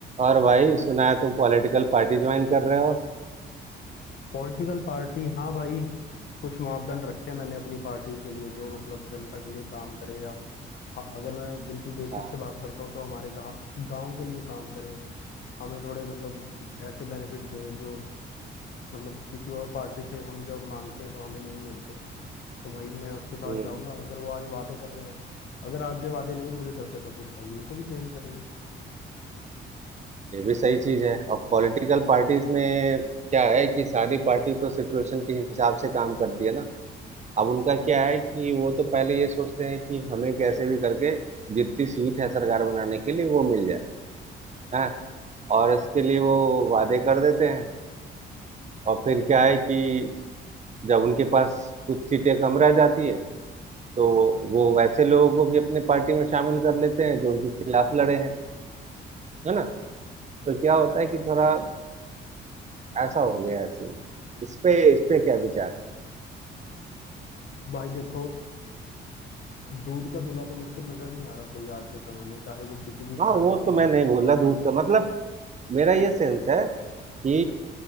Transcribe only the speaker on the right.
और भाई सुना है तुम पॉलिटिकल पार्टी ज्वाइन कर रहे हो
हाँ
हम्म
ये भी सही चीज है और पॉलिटिकल पार्टीज में क्या है कि सारी पार्टी तो सिचुएशन के हिसाब से काम करती है ना अब उनका क्या है कि वो तो पहले ये सोचते हैं कि हमें कैसे भी करके जितनी सीट है सरकार बनाने के लिए वो मिल जाए हाँ और इसके लिए वो वादे कर देते हैं और फिर क्या है कि जब उनके पास कुछ सीटें कम रह जाती है तो वो वैसे लोगों को भी अपने पार्टी में शामिल कर लेते हैं जो उनके खिलाफ लड़े हैं है ना तो क्या होता है कि थोड़ा ऐसा हो गया ऐसे ही। इस पे इस पे क्या विचार है
हाँ
वो
तो मैं
नहीं बोल रहा दूध का मतलब मेरा ये सेंस है कि